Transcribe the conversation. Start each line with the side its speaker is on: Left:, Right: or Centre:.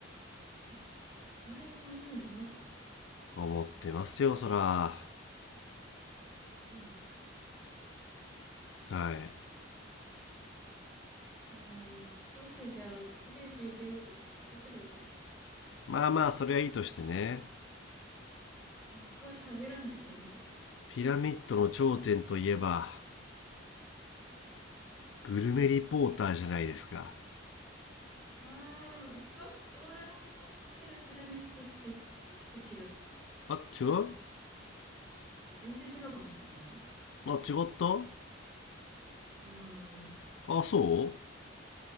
Centre: <laughs> あお前がそんな風に思ってたんだ。
Left: 思ってますよ、そら。
Centre: そうなんだ。
Left: はい。
Centre: もう、少しじゃあ、テレビ出るとき喋ってください。
Left: まあまあ、それはいいとしてね、
Centre: 僕は喋らないとダメだ。
Left: ピラミッドの頂点といえば、
Centre: はい。
Left: グルメリポーターじゃないですか。
Centre: あー、ちょっと俺の思ってるピラミッドとちょっと違う。
Left: あ、違う
Centre: いや全然違うかもしれないね。
Left: あ、違った
Centre: うーん。
Left: あ、そ